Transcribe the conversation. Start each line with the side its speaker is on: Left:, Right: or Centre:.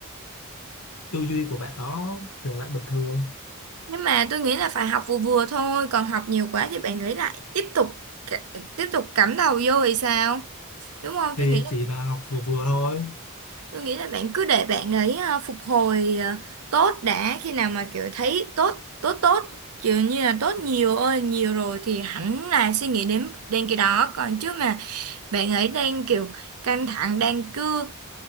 Left: tư duy của bạn đó trở lại bình thường
Right: nhưng mà tôi nghĩ là phải học vừa vừa thôi còn học nhiều quá thì bạn nghĩ lại tiếp tục c- tiếp tục cắm đầu vô thì sao đúng không
Left: thì
Right: tôi nghĩ là
Left: chỉ là học vừa vừa thôi
Right: tôi nghĩ là bạn cứ để bạn ấy ờ, phục hồi ờ, tốt đã khi nào mà kiểu thấy tốt tốt tốt kiểu như là tốt nhiều ơi nhiều rồi thì hẳn là suy nghĩ đến đến cái đó còn chứ mà bạn ấy đang kiểu căng thẳng đang cứ